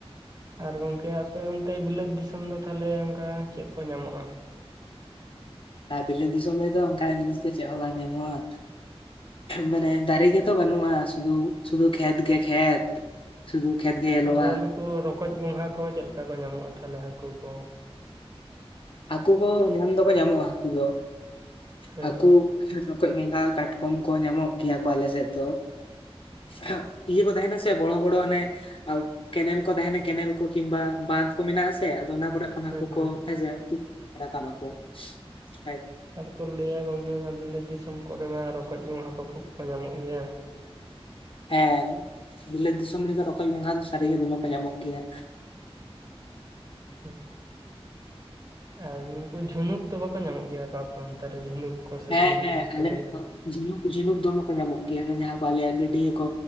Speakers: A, on the right (about 40°); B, on the left (about 55°).
A: ᱟᱨ ᱜᱚᱝᱠᱮ ᱟᱯᱮ ᱚᱱᱛᱮ ᱵᱤᱞᱟᱹᱛ ᱫᱤᱥᱚᱢ ᱫᱚ ᱛᱟᱦᱚᱞᱮ ᱚᱱᱠᱟ ᱪᱮᱫ ᱠᱚ ᱧᱟᱢᱚᱜᱼᱟ?
B: ᱟᱨ ᱵᱤᱞᱹᱟᱛ ᱫᱤᱥᱚᱢ ᱨᱮᱫᱚ ᱚᱱᱠᱟᱱᱟᱜ ᱡᱤᱱᱤᱥ ᱫᱚ ᱪᱮᱫ ᱦᱚᱸ ᱵᱟᱝ ᱧᱟᱢᱚᱜᱼᱟ ᱢᱟᱱᱮ ᱫᱟᱨᱮ ᱜᱮᱛᱚ ᱵᱟᱹᱱᱩᱜᱼᱟ, ᱥᱩᱫᱩ ᱥᱩᱫᱷᱩ ᱠᱷᱮᱛ ᱜᱮ ᱠᱷᱮᱛ᱾ ᱥᱩᱫᱩ ᱠᱷᱮᱛ ᱜᱮ ᱧᱮᱞᱚᱜᱼᱟ
A: ᱟᱫᱚ ᱱᱩᱠᱩ ᱨᱚᱠᱚᱡ ᱜᱚᱸᱜᱷᱟ ᱠᱚ ᱪᱮᱫ ᱞᱮᱠᱟ ᱠᱚ ᱧᱟᱢᱚᱜᱼᱟ ᱛᱟᱦᱚᱞᱮ ᱦᱟᱹᱠᱩ ᱠᱚ?
B: ᱦᱟᱹᱠᱩ ᱠᱚ ᱧᱟᱢ ᱫᱚᱠᱚ ᱧᱟᱢᱚᱜᱼᱟ ᱦᱟᱹᱠᱩ ᱫᱚ,
A: ᱦᱮᱸ
B: ᱦᱟᱹᱠᱩ <unintelligible> ᱨᱚᱠᱚᱡ, ᱜᱚᱸᱜᱷᱟ, ᱠᱟᱴᱠᱚᱢ ᱠᱚ ᱧᱟᱢᱚᱜ ᱜᱮᱭᱟ ᱠᱚ ᱟᱞᱮᱥᱮᱫ ᱫᱚ᱾ <unintelligible> ᱤᱭᱟᱹ ᱠᱚ ᱛᱟᱦᱮᱱᱟ ᱥᱮ ᱵᱚᱲᱚ ᱵᱚᱲᱚ ᱦᱟᱱᱮ, ᱟ ᱠᱮᱱᱮᱞ ᱠᱚ ᱛᱟᱦᱮᱱᱟ ᱠᱮᱱᱮᱞ ᱠᱚ ᱠᱤᱝᱵᱟ ᱵᱟᱸᱫᱽ ᱠᱚ ᱢᱮᱱᱟᱜᱼᱟ ᱥᱮ ᱛᱮ ᱟᱫᱚ ᱚᱱᱟ ᱠᱚᱨᱮᱜ ᱠᱷᱟᱱ
A: ᱦᱮᱸ
B: ᱦᱟᱠᱳ
A: ᱦᱮᱸ
B: ᱠᱚ ᱦᱮᱸᱥᱮ ᱨᱟᱠᱟᱵ ᱟᱠᱚ ᱦᱮᱜ᱾
A: ᱟᱫᱚ ᱠᱚ ᱞᱮᱭᱟ ᱜᱚᱝᱠᱮ ᱟᱱᱟ ᱵᱤᱞᱟᱹᱛ ᱫᱤᱥᱚᱢ ᱠᱚᱨᱮ ᱢᱟ ᱨᱚᱠᱚᱡ, ᱜᱚᱸᱜᱷᱟ ᱠᱚ ᱠᱷᱩᱵᱽ ᱠᱚ ᱧᱟᱢᱚᱜ ᱜᱮᱭᱟ᱾
B: ᱦᱮᱸ ᱵᱤᱞᱟᱹᱛ ᱫᱤᱥᱚᱢ ᱨᱮᱫᱚ ᱨᱚᱠᱚᱡ, ᱜᱚᱝᱜᱷᱟ ᱫᱚ ᱥᱟᱹᱨᱤᱜᱮ ᱫᱚᱢᱮ ᱠᱚ ᱧᱟᱢᱚᱜ ᱜᱮᱭᱟ᱾
A: ᱦᱩᱸ ᱟᱨ ᱩᱱᱠᱩ ᱡᱷᱩᱱᱩᱠ ᱫᱚ ᱵᱟᱠᱚ ᱧᱟᱢᱚᱜ ᱜᱮᱭᱟ, ᱟᱯᱮ ᱚᱱᱛᱮᱨᱮ ᱡᱷᱤᱱᱩᱠ᱾ ᱠᱚ ᱥᱮ
B: ᱦᱮᱸ
A: ᱪᱤᱱᱩᱠ
B: ᱦᱮᱸ
A: ᱠᱚᱠᱚ
B: ᱟᱞᱮ
A: ᱞᱟᱹᱭᱟ᱾
B: ᱡᱷᱤᱱᱩᱠ ᱡᱷᱤᱱᱩᱠ ᱫᱚᱢᱮ ᱠᱚ ᱧᱟᱢᱚᱜ ᱜᱮᱭᱟ, ᱡᱟᱦᱟᱸ ᱠᱚ ᱟᱞᱮᱭᱟᱜ ᱜᱟᱹᱰᱭᱟᱹ ᱠᱚ᱾